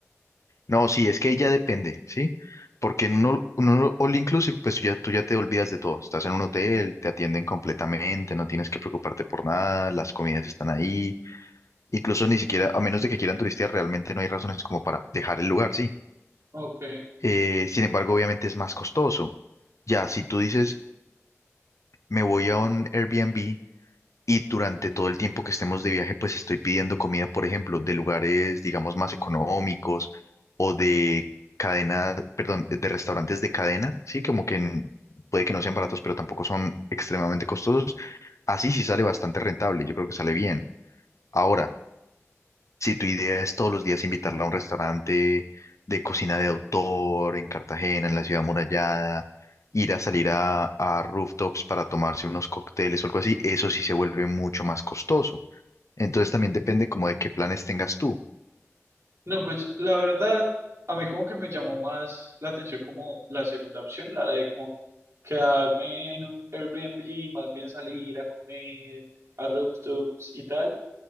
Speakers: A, on the left; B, on the right.
A: No, sí, es que ya depende, ¿sí? Porque en un all, un all inclusive, pues ya, tú ya te olvidas de todo. Estás en un hotel, te atienden completamente, no tienes que preocuparte por nada, las comidas están ahí Incluso ni siquiera, a menos de que quieran turistear, realmente no hay razones como para dejar el lugar, sí.
B: Ok.
A: Eh, sin embargo, obviamente es más costoso. Ya, si tú dices, me voy a un Airbnb y durante todo el tiempo que estemos de viaje, pues estoy pidiendo comida, por ejemplo, de lugares, digamos, más económicos o de cadena, perdón, de restaurantes de cadena, sí, como que n- puede que no sean baratos, pero tampoco son extremadamente costosos. Así sí sale bastante rentable, yo creo que sale bien. Ahora, Si tu idea es todos los días invitarla a un restaurante de cocina de autor en Cartagena, en la ciudad amurallada, ir a salir a, a rooftops para tomarse unos cócteles o algo así, eso sí se vuelve mucho más costoso. Entonces también depende como de qué planes tengas tú.
B: No, pues la verdad, a mí como que me llamó más la atención como la segunda opción, la de como quedarme en un Airbnb, más bien salir a comer a rooftops y tal,